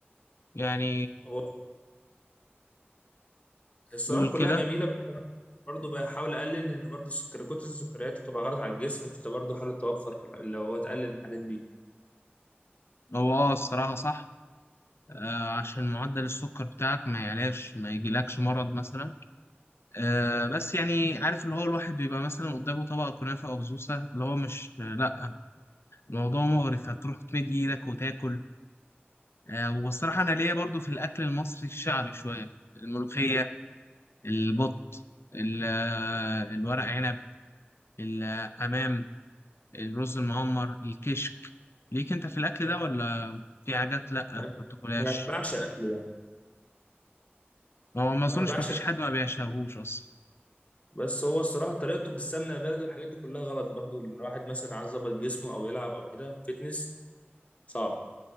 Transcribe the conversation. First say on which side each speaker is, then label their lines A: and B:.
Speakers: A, on the left (about 80°); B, on the left (about 35°).
A: يعني
B: هو الصراحه
A: قول كده
B: كلها جميله بس انا برضو بحاول اقلل لان برضو السكر كتر السكريات بتبقى غلط على الجسم فانت برضو حاول توفر في الح- لو هو تقلل الحاجات دي
A: هو اه الصراحة صح آه عشان معدل السكر بتاعك ما يعلاش ما يجيلكش مرض مثلا آه بس يعني عارف اللي هو الواحد بيبقى مثلا قدامه طبق كنافة أو بسبوسة اللي هو مش آه لأ الموضوع مغري هتروح تمد إيدك وتاكل آه والصراحة أنا ليا برضو في الأكل المصري الشعبي شوية الملوخية البط ال- آه، الورق عنب الحمام الرز المعمر الكشك ليك انت في الاكل
B: مم.
A: ده ولا في حاجات لا
B: انا
A: ما بتاكلهاش
B: أنا بعشق الاكل ده
A: هو ما اظنش
B: انا بعشق
A: ما فيش حد ما بيشهوش اصلا
B: بس هو الصراحه طريقته بالسمنه البلدي والحاجات دي كلها غلط برضو ان الواحد مثلا عايز يظبط جسمه او يلعب او كده فيتنس صعب